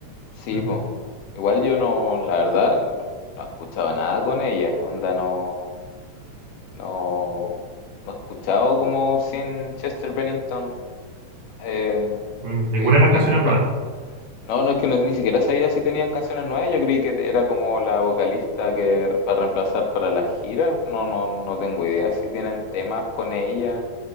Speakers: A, on the left; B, on the right.
A: sí,
B: Mm,
A: pues. Igual yo no, la verdad, no escuchaba nada con ella, onda no. No, no he escuchado como sin Chester Bennington eh,
B: mm, Ninguna
A: eh,
B: de las
A: Linkin
B: canciones
A: Park.
B: nuevas.
A: No, no es que no- ni siquiera sabía si tenían canciones nuevas. Yo creí que te- era como la vocalista que para reemplazar para las giras. No, no, no tengo idea si tienen temas con ella,